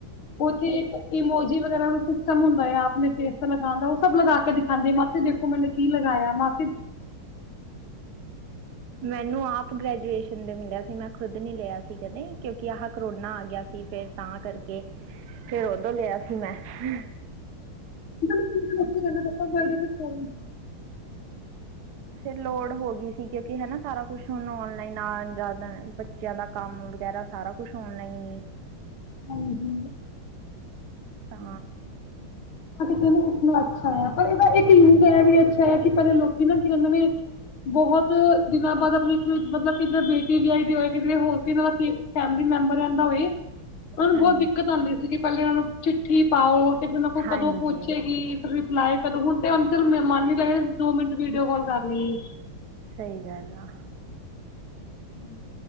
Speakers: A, on the left; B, on the right.
A: ਉੱਥੇ ਇੱਕਮੋਜੀ ਵਗੈਰਾ ਸਿਸਟਮ ਹੁੰਦਾ ਆ ਆਪਣੇ ੇਸ ਲਗਾਉਂਦਾ ਉਹ ਸਭ ਲਗਾ ਕੇ ਦਿਖਾਂਦੀ ਹੈ ਮਾਸੇ ਦੇਖੋ ਮੈਨੂੰ ਕੀ ਲਗਾਇਆ ਮੈਂ
B: ਮੈਨੂੰ ਆਪ ਆਪ ਗ੍ਰੈਜੂਏਸ਼ਨ ਦੇ ਮਿਲਿਆ ਸੀ ਮੈਂ ਖੁਦ ਨਹੀਂ ਲਿਆ ਸੀ ਕਦੇ ਕਿਉਂਕਿ ਆਹ ਕਰੋਨਾ ਆ ਗਿਆ ਸੀ ਫਿਰ ਤਾਂ ਕਰਕੇ ਫੇਰ ਉਦੋਂ ਲਿਆ ਸੀ ਮੈਂ ਹਮ
A: ਤ ਬ
B: ਫਿਰ ਲੋੜ ਹੋ ਗਈ ਸੀ ਕਿਉਂਕਿ ਹਨਾ ਸਾਰਾ ਕੁਛ ੂੰ ਨਲਾਈਨ ਆਦਾ ਬੱਚਿਆਂ ਦਾ ਕੰਮ ਵਗੈਰਾ ਸਾਰਾ ਕੁਛ ਹੋਨਾ ਹੀ ਨੀ
A: ਹਾਂਜੀ
B: ਤਾਂ
A: ਕਿਸੇ ਨੂੰ ਉਸ ਨਾਲ ਅੱਛਾ ਆ ਪਰ ਇਹਦਾ ਇੱਕ ਯੂਜ਼ ਇਹ ਵੀ ਅੱਛਾ ਆ ਕਿ ਪਹਿਲੇ ਲੋਕੀ ਨਾ ਕੀਦੇ ਨੇ ਬਹੁਤ ਦਿਨਾਂ ਬਾਅਦ ਆਪਣੀ ਮਤਲਬ ਕਿੱਧਰ ਬੇਟੀ ਵਿ ਆਈ ਦੀ ਹੋਏ ਹੋਰ ਦਾ ਫੈਮਿਲੀ ਮੈਂਬਰ ਰਹਿੰਦਾ ਹੋਵੇ ਉਹਨਾਂ ਨੂੰ
B: ਹਾਂ
A: ਬਹੁਤ ਦਿੱਕਤ ਆਉਂਦੀ ਸੀ ਕਿ ਪਹਿਲੇ ਉਹਨਾਂ ਨੂੰ ਚਿੱਠੀ ਪਾਓ ਤੇ ਫਿਰਰ ਉਹਨਾਂ ਕੋਲ
B: ਹਾਂਜੀ
A: ਕਦੋਂ ਪਹਚੇਗੀ ਫਿਰ ਰਿਪਲਾਏ ਕਦੋਂ ਹੁਣ ਤੇ ਚ ਮਹਿਮਾਨ ਨੀ ਲੱ ਦੋ ਮਿੰਟ ਵੀਡੀਓ ਕਾਲ ਕਰ ਲਈ
B: ਸਹੀ ਗੱਲ ਆ
A: ਹਮ